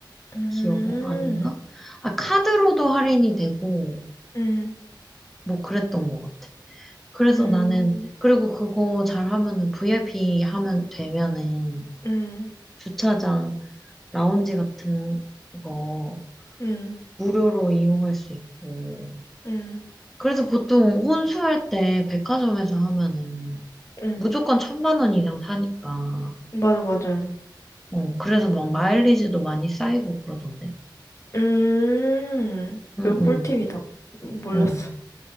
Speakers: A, on the left; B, in the centre.
A: 음,
B: 기억에? 아닌가? 아, 카드로도 할인이 되고,
A: 음,
B: 뭐 그랬던 것 같아. 그래서
A: 음,
B: 나는, 그리고 그거 잘 하면은 VIP 하면 되면은
A: 음,
B: 주차장 라운지 같은 거
A: 음,
B: 무료로 이용할 수 있고.
A: 음,
B: 그래서 보통 혼수할 때 백화점에서 하면은
A: 음.
B: 무조건 천만 원 이상 사니까.
A: 맞아, 맞아.
B: 어, 그래서 막 마일리지도 많이 쌓이고 그러던데.
A: 음,
B: 응,
A: 그 꿀팁이다. 몰랐어.
B: 응, 어.